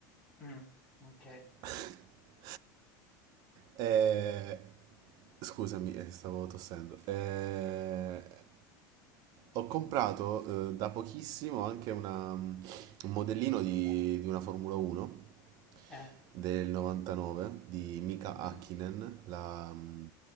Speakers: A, in the centre; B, on the right.
A: Mm, ok.
B: <laughs> Eh, scusami, eh, stavo tossendo. Eh, ho comprato eh, da pochissimo anche una- un modellino di, di una Formula 1
A: Eh,
B: del 99 di Mika
A: mhm,
B: Hakkinen, la mm,